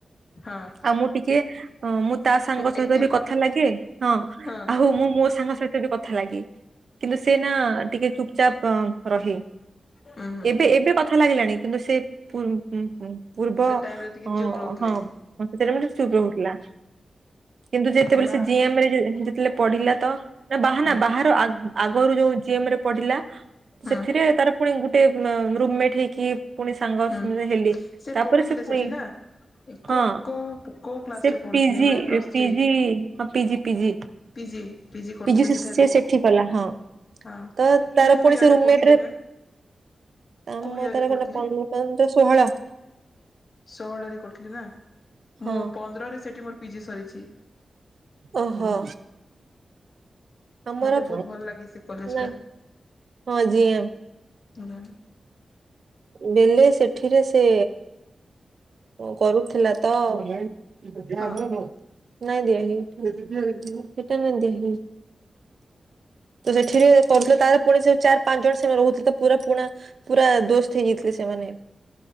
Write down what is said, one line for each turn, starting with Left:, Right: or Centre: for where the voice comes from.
Left: ହଁ
Right: ଆଉ ମୁଁ ଟିକେ ଅ ମୁଁ ତା ସାଙ୍ଗ
Left: ଏକ୍ଟିଭ
Right: ସହିତ ବି କଥା ଲାଗେ ହଁ।
Left: ହଁ।
Right: ଆଉ ମୁଁ ମୋ ସାଙ୍ଗ ସହିତ ବି କଥା ଲାଗେ କିନ୍ତୁ ସେ ନା ଟିକେ ଚୁପ ଚାପ ରହେ
Left: ହୁଁ
Right: ଏବେ ଏବେ କଥା ଲାଗିଲାଣି କିନ୍ତୁ ସେ ପୂର୍ବ
Left: ସେ ଟାଇମ ରେ ଟିକେ
Right: ଅ
Left: ଚୁପ୍ ରହୁଥିଲେ
Right: ହଁ ସେଥିରେ ମତେ ସେ ଚୁପ୍ ରଉଥିଲା। କିନ୍ତୁ ଯେତେବେଳେ
Left: ବା
Right: ସେ ଜିଏମ ରେ ଯେତେବେଳେ ପଢିଲା ତ ନା ବାହାନା
Left: ହୁଁ
Right: ବାହାର ଆଗରୁ ଯୋଉ ଜିଏମ ରେ ପଢିଲା
Left: ହୁଁ
Right: ସେଥିରେ ତାର ପୁଣି ଗୋଟେ ରୁମ୍ ମେଟ୍ ହେଇକି। ପୁଣି ସାଙ୍ଗମି
Left: ହୁଁ
Right: ହେଲି ତାପରେ
Left: ପଢୁଥିଲେ
Right: ସେ ପୁଣି
Left: ସେଠି ନା
Right: ହଁ
Left: କୋଉ କୋଉ କୋଉ କ୍ଲାସ
Right: ସେ
Left: ରେ ପଢୁଥିଲେ
Right: ପିଜି
Left: ମାନେ ପ୍ଲସ୍ ଥ୍ରୀ
Right: ପିଜି ହଁ ପିଜି ପିଜି।
Left: ପିଜି କରୁଥିଲେ
Right: ପିଜି ସେ
Left: ସେଠାରେ
Right: ସିଏ ସେଠି କଲା ହଁ।
Left: ହଁ
Right: ତ ତାର
Left: କେଉଁ
Right: ପୁଣି
Left: ଇୟର
Right: ସେ ରୁମମେଟ୍
Left: କରୁଥିଲେ
Right: ରେ
Left: ମ୍ୟାମ୍
Right: ତମ
Left: କୋଉ ଇୟର
Right: ତାର
Left: ରେ କରୁଥିଲେ
Right: କହିଲ ପନ୍ଦ ପନ୍ଦର ଷୋହଳ।
Left: ଷୋହଳରେ କରୁଥିଲି ନା
Right: ହଁ
Left: ମୁଁ ପନ୍ଦରରେ ସେଠି ମୋର ପିଜି ସରିଛି।
Right: ଓହୋ। ଆମର
Left: ମତେ ବହୁତ ଭଲ ଲାଗେ ସେ କଲେଜ
Right: ନାଇଁ
Left: ଟା
Right: ହଁ ଜିଏମ
Left: ହୁଁ।
Right: ଦେଲେ ସେଠିରେ ସେ କଣ କରୁଥିଲା ତ
Left: ହଁ
Right: ନାଇଁ ଦିଆ ହେଇନି ସେଟା ନାଇଁ ଦିଆହେଇନି। ତ ସେଠିରେ କରୁଥିଲ ତା ପୁଣି ସେ ଚାରି ପାଞ୍ଚ ଜଣ ସେମାନେ ରହୁଥିଲେ ତ ପୁରା ପୁଣା ପୁରା ଦୋସ୍ତ। ହେଇଯାଇଥିଲେ ସେମାନେ